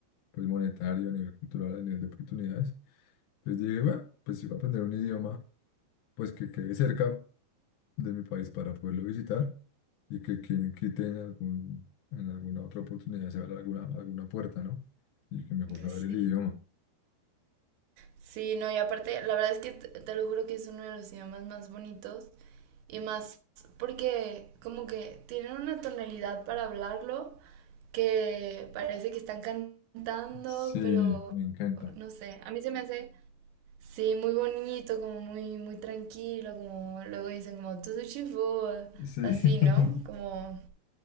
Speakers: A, on the left (about 80°); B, on the right (about 90°).
A: pues, monetario, a nivel cultural, a nivel de oportunidades. Entonces dije, bueno, pues si voy a aprender un idioma, pues que quede cerca de mi país para poderlo visitar y que quien quite en algún, en alguna otra oportunidad se abra alguna, alguna puerta, ¿no? Y que mejor saber
B: Sí.
A: el idioma.
B: Sí, no, y aparte, la verdad es que te, te lo juro que es uno de los idiomas más bonitos y más porque como que tienen una tonalidad para hablarlo que parece que están cantando,
A: Sí,
B: pero
A: me encanta.
B: no sé, a mí se me hace... Sí, muy bonito, como muy, muy tranquilo, como luego dicen como todo chivo,
A: Sí. <laughs>
B: así, ¿no? Como